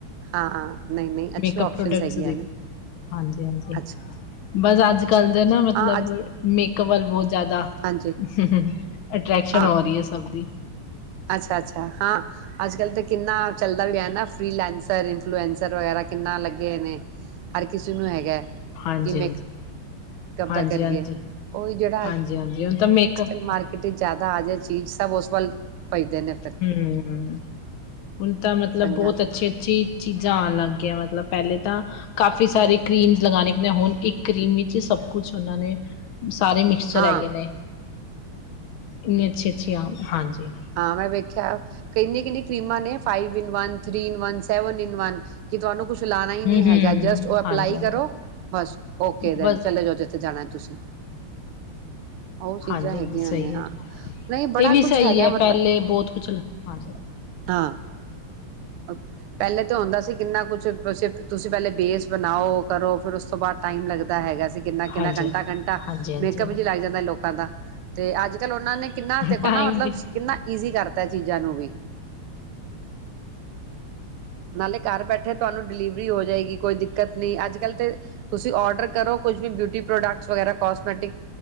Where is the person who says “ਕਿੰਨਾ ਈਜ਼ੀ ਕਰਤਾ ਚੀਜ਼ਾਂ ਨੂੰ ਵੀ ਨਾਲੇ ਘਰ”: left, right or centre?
Right